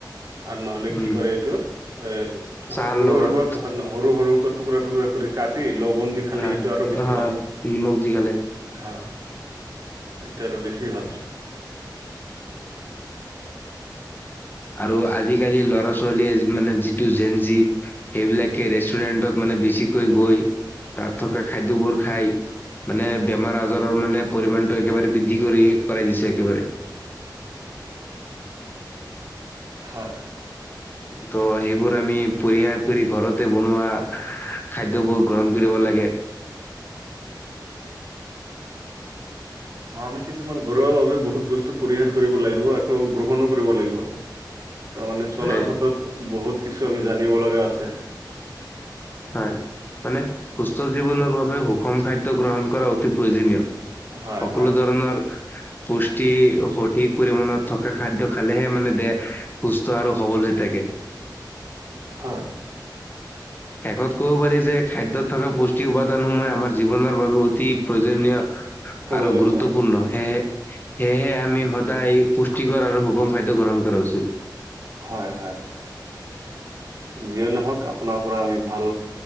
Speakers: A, on the right; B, on the left.
A: আৰু নহলে
B: উম
A: কি কৰে এইটো এ,
B: চাহৰ
A: সৰু,
B: লগত
A: সৰু, সৰু, সৰু টুকুৰা, টুকুৰা কৰি কাটি লৱন দি খালি
B: হয়
A: সেইটো আৰু বেছি
B: হয়
A: ভাল।
B: নিমখ দি খালে।
A: হা, সেইটো আৰ বেছি ভাল
B: আৰু আজিকালি ল'ৰা ছোৱালীয়ে মানে যিটো জেনজি, সেইবিলাকে ৰেষ্টুৰেন্টত মান বেছিকৈ গৈ তাত থকা খাদ্য বোৰ খাই, মানে
A: উম।
B: বেমাৰ আজাৰ ৰ মানে পৰিমাণটো একেবাৰে বৃদ্ধি কৰি কৰাই দিছে একেবাৰে।
A: <inaudible> হয়।
B: ত', সেইবোৰ আমি পৰিহাৰ কৰি ঘৰতে বনোৱা খাদ্যবোৰ গ্ৰহণ কৰিব লাগে।
A: <inaudible> আমি কিছুমান ঘৰুৱাভাৱে বহুত বস্তু পৰিহাৰ কৰিব লাগিব, আকৌ গ্ৰহণো কৰিব লাগিব। তাৰমানে চলাৰ
B: হয়
A: পথত বহুত কিছু আমি জানিব লগা আছে।
B: হয় মানে সুস্থ জীৱনৰ বাবে সুষম খাদ্য গ্ৰহণ কৰা অতি প্ৰয়োজনীয়।
A: হয়
B: সকলো
A: হয়।
B: ধৰণৰ পুষ্টি সঠিক পৰিমাণত থকা খাদ্য খালেহে মানে দেহ সুস্থ আৰু সবল হয় থাকে।
A: হয়। <inaudible>
B: শেষত ক'ব পাৰি যে খাদ্যত থকা পুষ্টি উপাদানসমূহে আমাৰ জীৱনৰ বাবে অতি প্ৰয়োজনীয়।
A: প্ৰয়োজনীয়।
B: আৰু গুৰুত্বপূৰ্ণ সেয়েহে আমি সদায় পুষ্টিকৰ আৰু সুখম খাদ্য গ্ৰহণ কৰা উচিত।
A: হয়, হয়। যিয়ে নহওক আপোনাৰ পৰা আমি ভাল